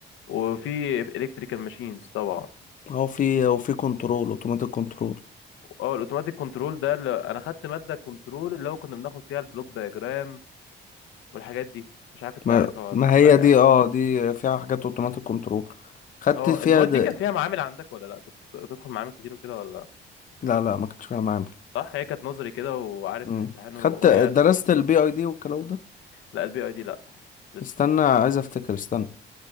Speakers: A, on the left; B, on the left.
A: وفي الكتريكال ماشينز طبعا
B: أو في وفي كنترول أوتوماتيك كنترول
A: اه الاوتوماتيك كنترول ده اللي انا خدت ماده كنترول اللي هو كنا بناخد فيها البلوك دايجرام والحاجات دي مش عارف انت
B: ما
A: عارفها ولا-
B: ما هي
A: اه
B: دي أه دي فيها حاجات أوتوماتيك كنترول خدت
A: آه،
B: فيها
A: آه، المواد
B: د...
A: دي كان فيها معامل عندك ولا لا كنت بتدخل معامل كتير وكده ولا لا؟
B: لا لا ما كنتش فيها معامل
A: صح هي كانت نظري كده وعارف
B: مم.
A: ان امتحانه
B: خدت
A: وهي
B: درست البي اي دي والكلام ده
A: لا البي اي دي لا لسه
B: استنى عايز افتكر استنى